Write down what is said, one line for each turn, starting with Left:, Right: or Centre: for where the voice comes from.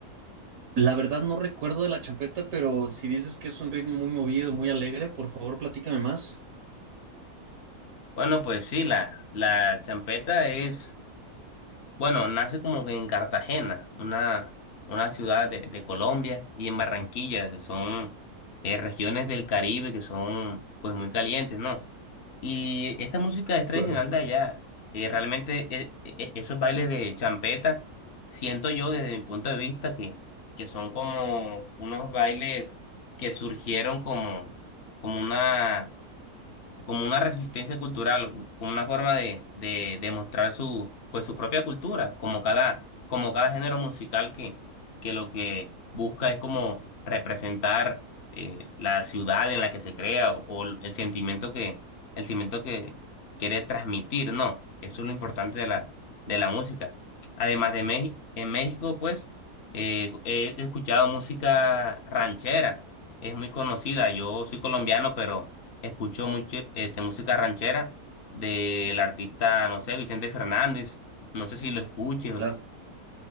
Right: La verdad no recuerdo de la champeta, pero si dices que es un ritmo muy movido, muy alegre, por favor platícame más.
Left: Bueno, pues sí, la, la champeta es Bueno, nace como que en Cartagena, una, una ciudad de, de Colombia, y en Barranquilla, que son eh, regiones del Caribe que son pues muy calientes, ¿no? Y esta música es tradicional
Right: Claro.
Left: de allá. Eh, realmente eh, eh, esos bailes de champeta, siento yo desde mi punto de vista que, que son como unos bailes que surgieron como, como una como una resistencia cultural, como una forma de, de, de mostrar su, pues, su propia cultura, como cada, como cada género musical que, que lo que busca es como representar eh, la ciudad en la que se crea o, o el sentimiento que, el sentimiento que quiere transmitir, ¿no? Eso es lo importante de la, de la música. Además de México, en México, pues, eh, he escuchado música ranchera, es muy conocida, yo soy colombiano, pero Escucho mucho este, música ranchera del artista, no sé, Vicente Fernández. No sé si lo escuches.
Right: Claro.